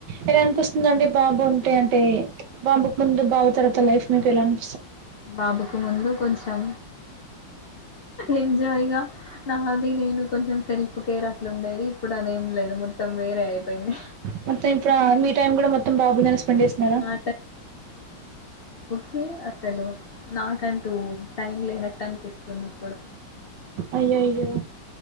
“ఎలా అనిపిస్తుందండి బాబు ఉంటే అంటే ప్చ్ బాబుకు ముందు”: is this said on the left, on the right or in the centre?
Right